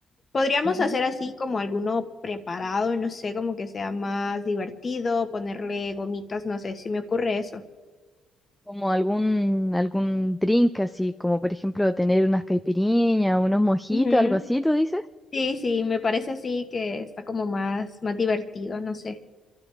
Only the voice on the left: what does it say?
Podríamos
hacer así como alguno preparado, no sé, como que sea más divertido, ponerle gomitas, no sé si me ocurre eso.
Ujú.
Sí, sí, me parece así que está como más, más divertido, no sé.